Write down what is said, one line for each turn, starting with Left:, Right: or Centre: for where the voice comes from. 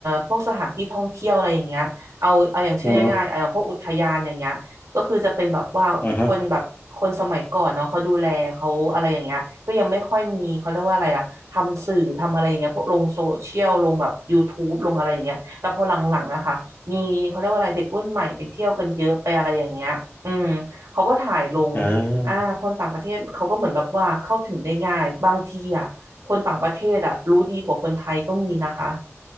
Right: พวกสถานที่ท่องเที่ยวอะไรอย่างเงี้ยเอาเอาอย่างเช่นง่ายๆเอาอย่างพวกอุทยานอย่างเงี้ย
Left: อ๋อ
Right: ก็คือจะเป็นแบบว่าคนแบบคนสมัยก่อนเนาะเขาดูแลเขาอะไรอย่างเงี้ยก็ยังไม่ค่อยมีเขาเรียกว่าอะไรอะทำสื่อทำอะไรอย่างเงี้ยพวกลงโซเชียลลงแบบยูทูบลงอะไรอย่างเงี้ยแต่พอหลังๆอะค่ะมีเขาเรียกว่าอะไรเด็กรุ่นใหม่ไปเที่ยวกันเยอะไปอะไรอย่างเงี้ยอืมเขาก็ถ่ายลง
Left: อ่าฮะอ่า <laughs>
Right: อ่าคนต่างประเทศเขาก็เหมือนแบบว่าเข้าถึงได้ง่ายบางทีอะคนต่างประเทศอะรู้ดีกว่าคนไทยก็มีนะคะ